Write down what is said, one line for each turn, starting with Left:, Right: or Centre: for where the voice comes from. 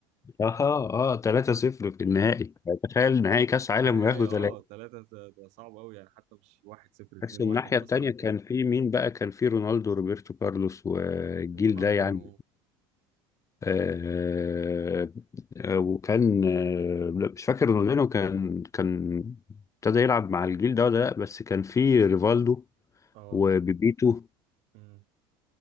Left: اه اه 3-0 في النهائي تخيل نهائي كأس عالم
Right: النهاية
Left: وياخدوا
Right: اه
Left: ثلاثة
Right: ثلاثة ده ده صعب قوي يعني حتى مش واحد صفر
Left: بس
Right: اتنين
Left: الناحية
Right: واحد مثلا
Left: التانية
Right: بتاع
Left: كان في مين بقى كان في رونالدو وروبرتو كارلوس والجيل
Right: ورونالدينو
Left: ده يعني آه، آه، وكان آه، لا، مش فاكر رونالدينو كان كان ابتدى يلعب مع الجيل ده ولا لا بس كان في ريفالدو
Right: اه
Left: وبيبيتو
Right: امم